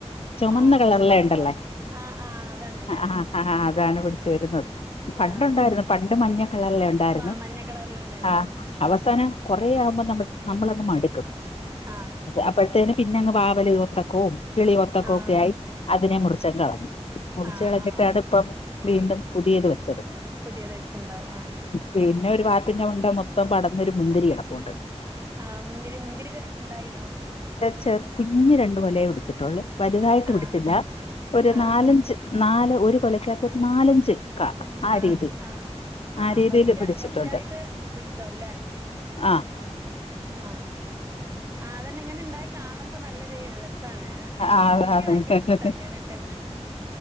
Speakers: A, on the left (about 60°); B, on the right (about 25°).
A: ചുമന്ന
B: ആഹ്
A: കളറല്ലേണ്ടല്ലേ
B: ചുമ ആഹ് ആഹ് അതാണ്ല്ലേ
A: ആഹ് ആഹ് അതാണ് പിടിച് വരുന്നത് പണ്ട
B: ആഹ്
A: ണ്ടായിരുന്നു പണ്ട് മഞ്ഞക്കള്ളറല്ലേ ഉണ്ടായിരുന്നു
B: മാ മഞ്ഞ കളറിലുണ്ടായിന്
A: ആഹ്
B: അതന്നെ
A: അവ തന കുറ ആവുമ്പോ നമ്മ നമ്മളങ്ങു മടുക്കും
B: ആഹ്
A: അപ്പഴത്തേന് പിന്നെങ്ങ് വാവല് ഒത്തക്കവും കിളി ഒത്തക്കോ
B: ആഹ്
A: ഒക്കെ ആയി അതിനെ മുറിച്ച ങ്ങളഞ്ഞു മുറിച്ചളഞ്ഞിട്ടാണ്
B: ആഹ് ആഹ്
A: ഇപ്പം വീണ്ടും പുതിയത് വെച്ചത്
B: പുതിയത് വച്ചുണ്ടാവും ആഹ് ശരി
A: പിന്നെ ഒരു വാപ്പിന്ന വണ്ട മൊത്തം പടന്നൊരു മുന്തിരി കടപുണ്ട്
B: ആഹ് മുന്തിരി മുന്തിരിണ്ടായിന്നോ
A: ചേ കുഞ്ഞ് രണ്ട് കൊലയേ പിടിച്ചിട്ടുള്ളൂ വലുതായിട്ട്
B: ആഹ്
A: പിടിച്ചില്ല ഒരു
B: ആഹ്
A: നാലഞ്ച്
B: ആഹ്
A: നാല് ഒരു കൊലക്കത് ഒരു നാലഞ്ചച് കാ
B: ചെന്ന
A: ആ
B: ആഹ്
A: രീതി
B: ആഹ് ആഹ്
A: ആ രീതിയിൽ
B: ഫസ്റ്റ്
A: പിടിച്ചിട്ടുണ്ട്
B: ഫസ്റ്റ് ആയിട്ട് പിടിക്കാവൂല്ലേ
A: ആഹ്
B: ആഹ് ആഹ് അതന്നെ ഇങ്ങനെ ഉണ്ടായി കാണുമ്പോ നല്ലൊരു രസാണ്
A: ആ അതാണ്
B: ഇൻക്ക് ഭയങ്കര ഇഷ്ട അങ്ങനൊക്കെ